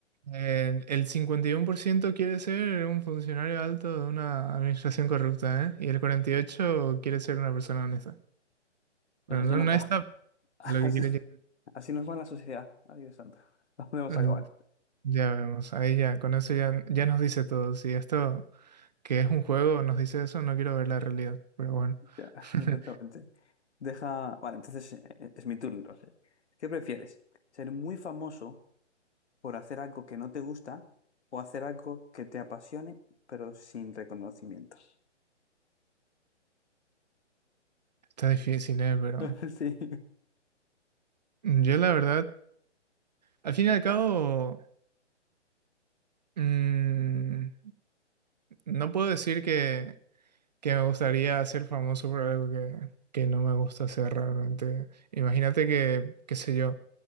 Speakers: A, on the right; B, on the left.
A: El, el 51% quiere ser un funcionario alto de una administración corrupta, ¿eh? Y el 48% quiere ser una persona honesta.
B: Pues
A: Bueno,
B: así
A: no,
B: nos
A: no
B: va.
A: está
B: <laughs> Así,
A: lo que quiere llegar.
B: así nos va la sociedad. Ay, Dios santo. <laughs> ¿Dónde vamos
A: Mm.
B: a acabar?
A: Ya vemos, ahí ya, con eso ya, ya nos dice todo. Si esto que es un juego nos dice eso, no quiero ver la realidad. Pero bueno,
B: Ya, <laughs>
A: <laughs>
B: exactamente. Deja. Vale, entonces eh, eh, es mi turno. Entonces, ¿qué prefieres? ¿Ser muy famoso por hacer algo que no te gusta o hacer algo que te apasione pero sin reconocimiento?
A: está difícil, ¿eh? Pero
B: <laughs> Sí.
A: yo la verdad, al fin y al cabo, mm, no puedo decir que, que me gustaría ser famoso por algo que, que no me gusta hacer realmente. Imagínate que, qué sé yo,